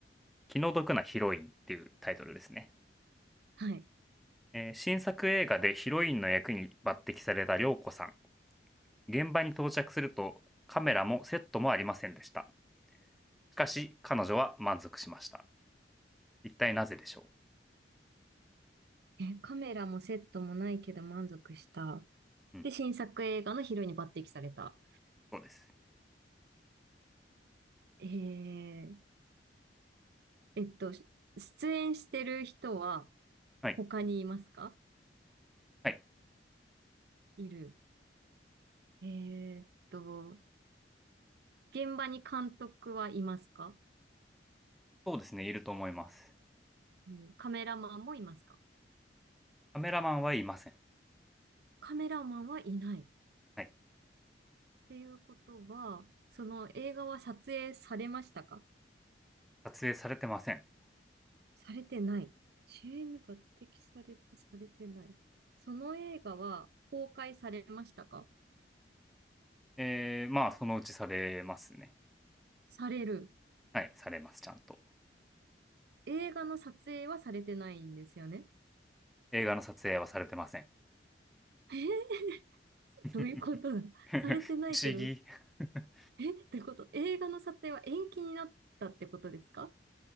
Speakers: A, in the centre; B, on the right (about 60°).
A: 気の毒なヒロインっていうタイトルですね。
B: はい。
A: えー新作映画でヒロインの役に抜擢された涼子さん。現場に到着すると、カメラもセットもありませんでした。しかし、彼女は満足しました。一体なぜでしょ
B: え、カメラもセットもないけど満足した。
A: ううん、
B: で、新作映画のヒロインに抜擢された。
A: そうです。
B: えー、えっと、し出演してる人は
A: はい。
B: 他にいますか
A: はい。
B: いる。えーっと、現場に監督はいますか
A: そうですね、いると思います。
B: うんカメラマンもいますか
A: カメラマンはいません。
B: カメラマンはいない。っ
A: はい。
B: ていうことは、その映画は撮影されましたか
A: 撮影されてません。
B: されてない。主演に抜擢されて、されてない。その映画は公開されましたか
A: えー、まあ、そのうちされますね。
B: される。
A: はい、されます、ちゃんと。
B: 映画の撮影はされてないんですよね。
A: 映画の撮影はされてません。
B: えー、
A: <laughs>
B: どういうことだされてないけど、
A: 不思議。<laughs>
B: え、ってこと映画の撮影は延期になったってことですか